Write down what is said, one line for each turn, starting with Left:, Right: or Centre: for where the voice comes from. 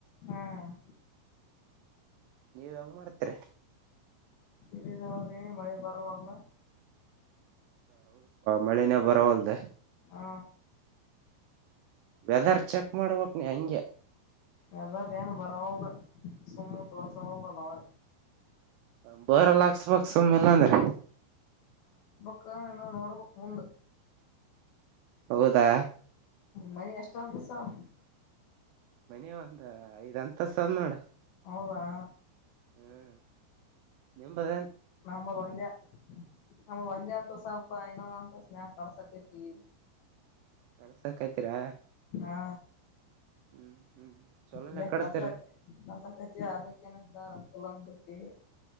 Left: ಹ್ಮ್
Right: ನೀವ ಹೆಂಗ ಮಾಡ್ತೀರಿ.
Left: ಹತ್ತಿ ಬೀಜ ಉರಿನಿ ಮಳಿ ಬರವಲದ.
Right: ಮಳೆನೇ ಬರವಲ್ಲದ.
Left: ಹಾ
Right: ವೆದರ್ ಚೆಕ್ ಮಾಡ್ಬೇಕ್ ನೀ ಹಂಗೆ.
Left: ವೇದರ್ ಏನ ಬರವಲದ ಸುಮ್ಮ್ ತೋರ್ಸವಲ್ದ ಅದು ಅವಾಗ್.
Right: ಅಂದ್ ಬೋರಲ್ ಹಾಕ್ಸಬೇಕ್ ಸುಮ್ಮ ಇಲ್ಲಾ ಅಂದ್ರೆ.
Left: ಕ್ಕ ನಾ ನೋಡಬೇಕ್ ಮುಂದ.
Right: ಹೌದಾ.
Left: ಮನಿ ಎಷ್ಟ ಅಂತಸ್ ಆದ್.
Right: ಮನಿ ಒಂದ ಐದ್ ಅಂತಸ್ ಅದ್ ನೋಡ್.
Left: ಹೌದಾ
Right: ಹ್ಮ್ ನಿಂಬದ.
Left: ನಮ್ದ ಒಂದೆ ನಮ್ದ ಒಂದೆ ಅಂತಸ್ತ ಆದ ಪಾ ಇನ್ನೊಂದ ಅಂತಸ್. ಮ್ಯಾಗ ಕಟ್ಸಾತೈತಿ ಈಗ.
Right: ಕಡಸಕೈತಿರಾ
Left: ಹಾ
Right: ಹ್ಮ್ ಹ್ಮ್ ಚಲೋನೆ
Left: ಈದೆ
Right: ಕಡಸ್ತೀರಿ
Left: ಕಡ್ಸತ್ ಕಡ್ಸಾಕತಿವಿ ಅರ್ದಕ್ಕೇನೋ ಫಸ್ಟ್ ತೊಗೊಂಡ ಬುಟ್ಟಿವಿ.